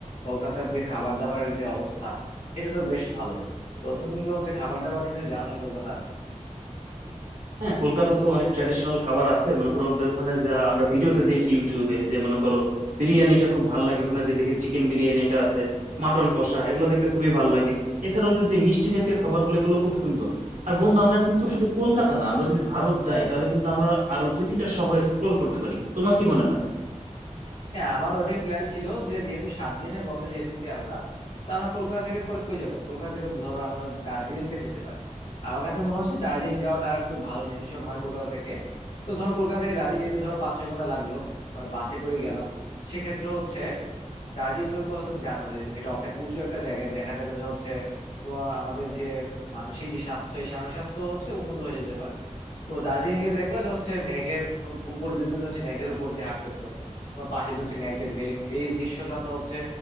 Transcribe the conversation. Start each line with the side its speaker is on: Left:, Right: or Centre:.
Left: কলকাতার যে খাবার দাবারের যে অবস্থা এটা তো বেশ ভালোই তো তুমি কি হচ্ছে খাবার দাবার নিয়ে কিছু জানো না কলকাতার
Right: হ্যাঁ কলকাতা তো অনেক ট্র্যাডিশনাল খাবার আছে মনে করো ওদের ওখানে যা আমরা ভিডিওতে দেখি ইউটিউবে যে মনে করো বিরিয়ানিটা খুব ভাল লাগে ওখানে যে দেখি চিকেন বিরিয়ানি এটা আছে মাটন কষা এগুলো দেখতে খুবই ভাল লাগে এছাড়া ওদের যে মিষ্টি জাতীয় খাবারগুলো এগুলো খুব সুন্দর আর বন্ধু আমরা কিন্তু শুধু কলকাতা না আমরা যদি ভারত যাই তাহলে কিন্তু আমরা আরো দুই তিনটা শহর এক্সপ্লোর করতে পারি তোমার কি মনে হয়
Left: হ্যাঁ আমার ওইটাই প্ল্যান ছিল যে যেহেতু সাত দিনের বন্ধে যেতেছি আমরা তো আমরা কলকাতা থেকে পরে কই যাবো কলকাতা থেকে ধরো আমরা দার্জিলিংটা যেতে পারি আমার কাছে মনে হচ্ছে দার্জিলিং যাওয়াটা আর একটু ভালো ডিসিশন হয় কলকাতা থেকে তো ধরো কলকাতা থেকে দার্জিলিং যেতে ধরো পাঁচ ছয় ঘন্টা লাগলো মানে বাসে করে গেলাম সেক্ষেত্রে হচ্ছে দার্জিলিং এর কথা তুমি জানো যে এটা অনেক উঁচু একটা জায়গায় দেখা যাবে যে হচ্ছে তোমার আমাদের যে মানসিক যে স্বাস্থ্য এই মানসিক স্বাস্থ্য হচ্ছে উন্নত হয়ে যেতে পারে তো দার্জিলিং এ দেখবা যে হচ্ছে মেঘের ম- উপর দিয়ে তুমি হচ্ছে মেঘের উপর দিয়ে হাঁটতেছো তোমার পাশে দিয়ে হচ্ছে মেঘ যেতেছে এই এই দৃশ্যটা তো হচ্ছে